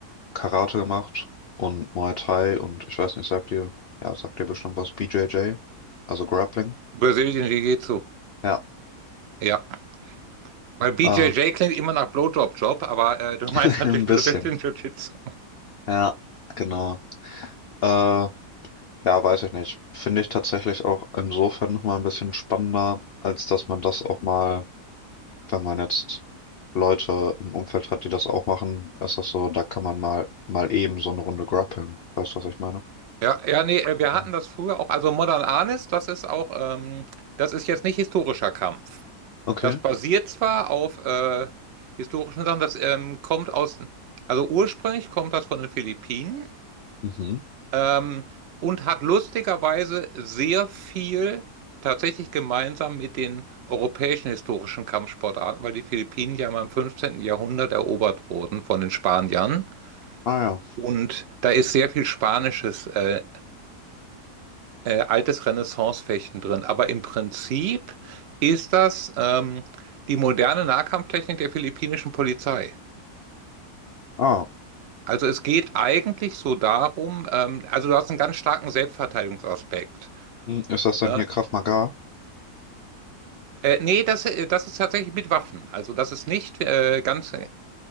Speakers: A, on the left; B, on the right.
A: Karate gemacht und Muay Thai und ich weiß nicht, sagt dir, ja, sagt dir bestimmt was, BJJ, also Grappling.
B: Brazilian Jiu-Jitsu.
A: Ja,
B: Ja, weil BJJ
A: äh,
B: klingt immer nach Blowjob-Job, aber äh, du
A: <laughs>
B: <laughs> meinst natürlich
A: ein bisschen.
B: Brazilian Jiu-Jitsu.
A: Ja, genau. Äh, ja, weiß ich nicht. Finde ich tatsächlich auch insofern nochmal ein bisschen spannender, als dass man das auch mal wenn man jetzt Leute im Umfeld hat, die das auch machen, ist das so, da kann man mal, mal eben so eine Runde grappeln. Weißt du, was ich meine?
B: Ja, ja, nee, äh, wir hatten
A: Mhm.
B: das früher auch. Also Modern Arnis, das ist auch, ähm, das ist jetzt nicht historischer Kampf.
A: Okay.
B: Das basiert zwar auf äh, historischen Sachen, das ähm, kommt aus, also ursprünglich kommt das von den Philippinen
A: Mhm.
B: ähm, und hat lustigerweise sehr viel tatsächlich gemeinsam mit den europäischen historischen Kampfsportarten, weil die Philippinen ja mal im 15. Jahrhundert erobert wurden von den Spaniern.
A: Ah ja.
B: Und da ist sehr viel Spanisches äh, äh, altes Renaissance-Fechten drin. Aber im Prinzip ist das ähm, die moderne Nahkampftechnik der philippinischen Polizei.
A: Ah.
B: Also es geht eigentlich so darum, ähm, also du hast einen ganz starken Selbstverteidigungsaspekt.
A: Hm, Ist das dann
B: Ne?
A: hier Krav Maga?
B: Äh, nee, das, äh, das ist tatsächlich mit Waffen. Also das ist nicht äh, ganz,